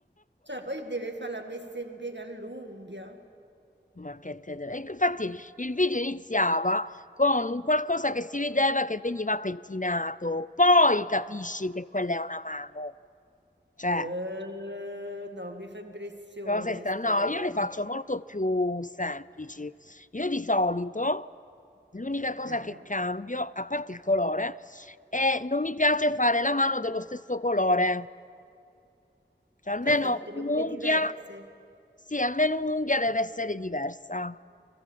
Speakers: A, on the right; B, on the left.
A: Cioè, poi deve fare la messa in piega all'unghia.
B: Ma che te deve... Ecco, infatti il video iniziava con un qualcosa che si vedeva che veniva pettinato, poi capisci che quella è una mano. Cioè,
A: Eh, no, mi fa impressione
B: cose strane.
A: sta
B: No,
A: roba.
B: io le faccio molto più semplici. Io di solito l'unica cosa
A: Eh?
B: che cambio, a parte il colore, è non mi piace fare la mano dello stesso colore. Cioè, almeno
A: Cioè, fa tutte le
B: un'unghia,
A: unghie diverse.
B: sì, almeno un'unghia deve essere diversa.